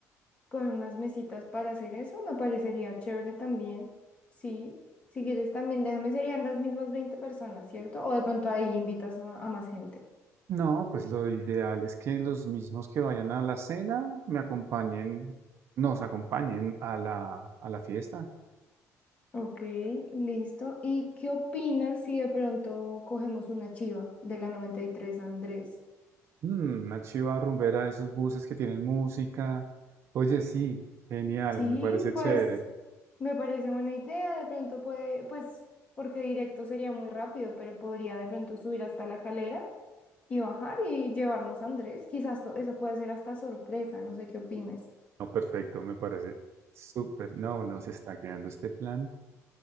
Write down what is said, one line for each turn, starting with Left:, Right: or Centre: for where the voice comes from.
Left: coger unas mesitas para hacer eso, me parecería chévere también. Sí, si quieres también, déjame, serían las mismas 20 personas, ¿cierto? O de pronto ahí invitas a, a más gente.
Right: No, pues lo ideal es que los mismos que vayan a la cena me acompañen, nos acompañen a la, a la fiesta.
Left: Ok, listo. ¿Y qué opinas si de pronto cogemos una chiva de la 93 Andrés?
Right: Mm, una chiva rumbera de esos buses que tienen música. Oye, sí, genial,
Left: Sí,
Right: me parece
Left: pues
Right: chévere.
Left: me parece buena idea. De pronto puede, pues, porque directo sería muy rápido, pero podría de pronto subir hasta la calera y bajar y llevarnos a Andrés. Quizás to- eso puede ser hasta sorpresa, no sé qué opines.
Right: No, perfecto, me parece súper. No, nos está quedando este plan